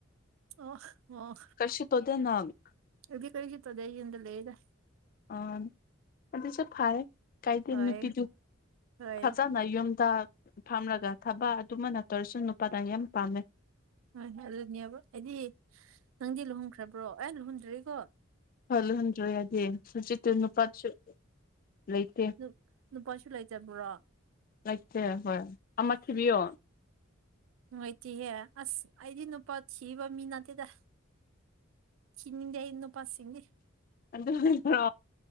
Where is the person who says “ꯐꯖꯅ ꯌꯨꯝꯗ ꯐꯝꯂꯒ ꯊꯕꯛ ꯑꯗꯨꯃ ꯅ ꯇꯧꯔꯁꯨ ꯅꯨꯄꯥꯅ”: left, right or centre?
Left